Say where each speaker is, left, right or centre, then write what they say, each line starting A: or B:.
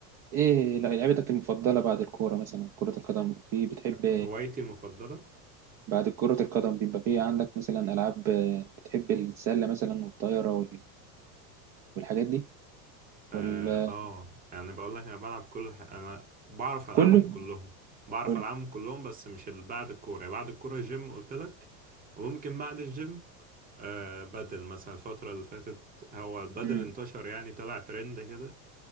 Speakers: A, on the right (about 35°); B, on the right (about 20°).
A: إيه لعبتك المفضلة بعد الكورة مثلا كرة القدم في بتحب
B: هوايتي المفضلة
A: بعد كرة القدم بيبقى في عندك مثلا ألعاب بتحب السلة مثلا والطايرة وال... والحاجات دي
B: اه
A: ولا
B: آه، يعني بقول لك انا بلعب كل ح... انا بعرف العبهم
A: كله
B: كلهم بعرف
A: كله
B: العبهم كلهم بس مش ال- بعد الكوره يعني بعد الكوره جيم قلت لك وممكن بعد الجيم آه بدل مثلا الفتره اللي فاتت هو البدل
A: مم.
B: انتشر يعني طلع ترند كده